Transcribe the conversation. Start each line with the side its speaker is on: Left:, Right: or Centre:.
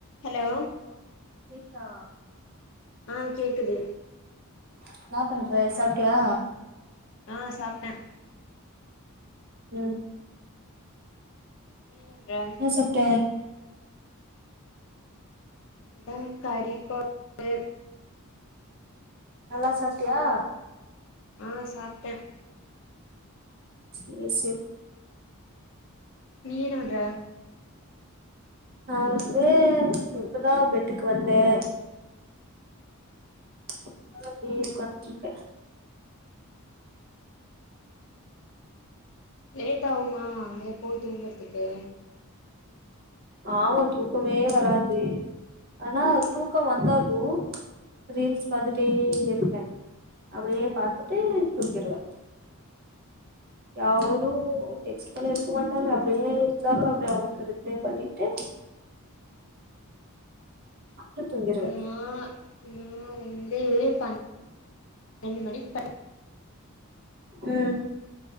Left: hello
Right: hello கேக்குதா
Left: ஆன் கேக்குது
Right: என்னா பண்ற சாப்ட்யா
Left: ஆன் சாப்ட்டேன்
Right: ம்
Left: நீ என்ன பண்ற
Right: என்ன சாப்ட்ட
Left: ம் கறி கொ ம்பு
Right: நல்லா சாப்ட்டியா
Left: ஆன் சாப்ட்டேன்
Right: சேரி சேரி
Left: நீ என்ன பண்ற
Right: நா வந்து இப்பதா பெட்டுக்கு வந்தேன் அதுனால அப்டியே ஒக்காந்துட் இருக்கேன்
Left: லேட் ஆவுமா எப்போவு தூங்குறதுக்கு
Right: ஆமா தூக்கமே வராது ஆனா தூக்கம் வந்தாலு ரீல்ஸ் பாத்துட்டே இருப்பேன் அபயே பாத்துட்டு தூங்கிருவே யாரு டெக்ஸ்ட் பண்ணிருக்க மாட்டாங்க அப்டியே இருந்தாலு அப்டி அவுங்ளுக்கு ரிப்ளே பண்ணிட்டு அப்டே தூங்கிருவே
Left: நா நா வந்து பணண்டு மணிக்கு படு
Right: ம்